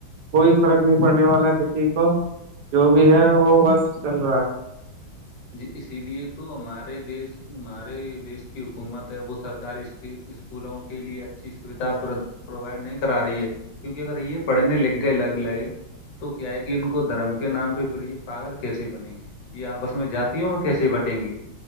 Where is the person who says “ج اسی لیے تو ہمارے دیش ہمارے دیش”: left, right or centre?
Left